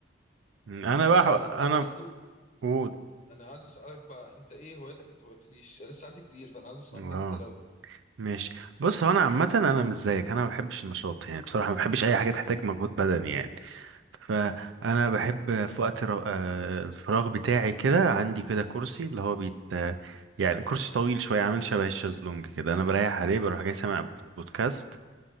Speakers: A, on the right; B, on the left.
A: انا
B: فعندي
A: بقى ح- انا
B: برضو
A: بقول
B: انا عايز اسالك بقى انت ايه هواياتك انت ما قلتليش انا لسه عندي كتير فانا عايز اسمع
A: اه
B: منك انت الاول
A: ماشي بص هو انا عامه انا مش زيك انا ما بحبش النشاط يعني بصراحه ما بحبش اي حاجه تحتاج مجهود بدني يعني فانا بحب في وقت رو... آه، الفراغ بتاعي كده عندي كده كرسي اللي هو بيت آه، يعني كرسي طويل شويه عامل شبه الشازلونج كده انا بريح عليه بروح جاي سامع بودكاست